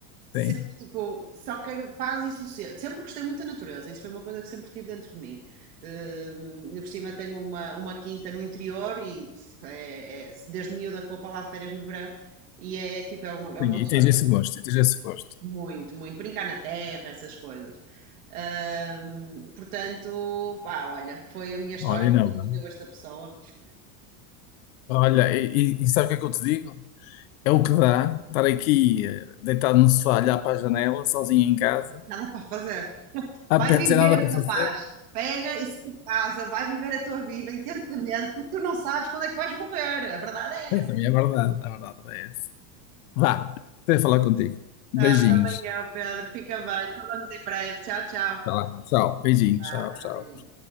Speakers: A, on the right; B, on the left.
A: Sempre,
B: Sim.
A: tipo, só quero paz e sossego. Sempre gostei muito da natureza, isso foi uma coisa que sempre tive dentro de mim. Hum, ainda por cima tenho uma, uma quinta no interior e é, é, desde miúda que vou para lá de férias no verão e é tipo, é o, é
B: Sim,
A: o meu
B: e
A: sonho.
B: tens esse gosto, e tens esse gosto.
A: Muito, muito. Brincar na terra, essas coisas. Ahm, portanto, pá, olha, foi a minha história
B: Olha, e
A: que
B: não,
A: desenvolveu
B: mano.
A: esta pessoa.
B: Olha, e, e, e sabe o que é que eu te digo? É o que dá estar aqui eh, deitado no sofá, olhar para a janela, sozinho em casa,
A: Nada para fazer.
B: a
A: Vai
B: pé,
A: viver,
B: sem nada para fazer.
A: rapaz. Pega e sai de casa, vai viver a tua vida intensamente, porque tu não sabes quando é que vais morrer. A verdade é
B: É,
A: essa.
B: também é verdade, a verdade é essa. Vá, até falar contigo. Beijinhos.
A: Ah, também eu, Pedro. Fica bem. Falamos em breve. Tchau, tchau.
B: Vá lá, tchau. Beijinhos,
A: Tá,
B: tchau,
A: tá,
B: tchau.
A: beijinho.